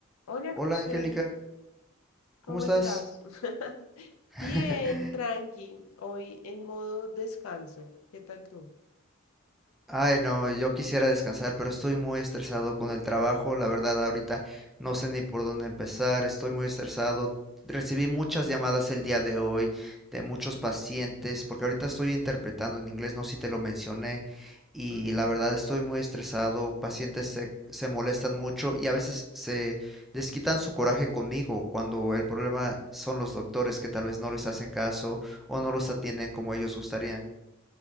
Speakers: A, on the left; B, in the centre.
A: Hola
B: Hola
A: José,
B: Angélica,
A: ¿cómo
B: ¿cómo estás?
A: estás? <laughs>
B: <laughs>
A: Bien, tranqui, hoy en modo descanso. ¿Qué tal tú?
B: Ay, no, yo quisiera descansar, pero estoy muy estresado con el trabajo. La verdad, ahorita no sé ni por dónde empezar. Estoy muy estresado. Recibí muchas llamadas el día de hoy de muchos pacientes, porque ahorita estoy interpretando en inglés, no sé si te lo mencioné, y
A: Ujú.
B: la verdad estoy muy estresado. Pacientes se, se molestan mucho y a veces se desquitan su coraje conmigo cuando el problema son los doctores que tal vez no les hacen caso o no los atienden como ellos gustarían.